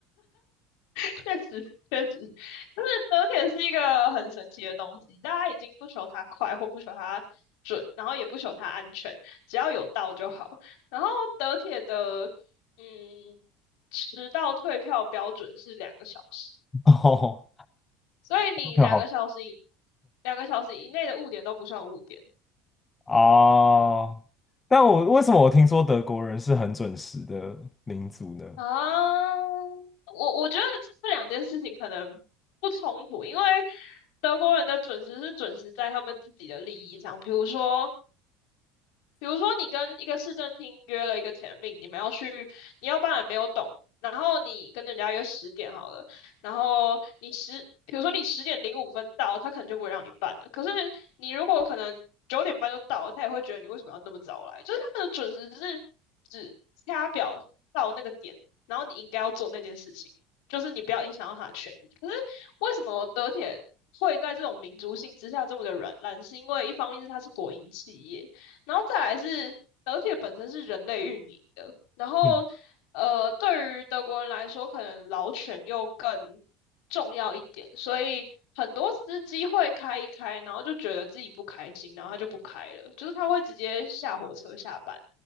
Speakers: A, on the left (about 75°); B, on the left (about 15°).
A: 确实，确实，就是德铁是一个很神奇的东西，大家已经不求它快或不求它准，然后也不求它安全，只要有到就好。然后德铁的嗯迟到退票标准是两个小时，
B: <laughs> 哦，
A: 所以你两个小时以
B: 那好。
A: 两个小时以内的误点都不算误点
B: 哦，但我为什么我听说德国人是很准时的民族呢？
A: 啊。我我觉得这两件事情可能不冲突，因为德国人的准时是准时在他们自己的利益上，比如说。比如说，你跟一个市政厅约了一个 t 命，你们要去，你要办也没有懂，然后你跟人家约十点好了，然后你十，比如说你十点零五分到，他可能就不会让你办了。可是你如果可能九点半就到了，他也会觉得你为什么要那么早来？就是他们的准时是只掐表到那个点，然后你应该要做那件事情，就是你不要影响到他的权益。可是为什么德铁会在这种民族性之下这么的软烂？是因为一方面是它是国营企业。然后再来是而且本身是人类运营的，然后呃，
B: 嗯，
A: 对于德国人来说，可能老犬又更重要一点，所以很多司机会开一开，然后就觉得自己不开心，然后他就不开了，就是他会直接下火车下班。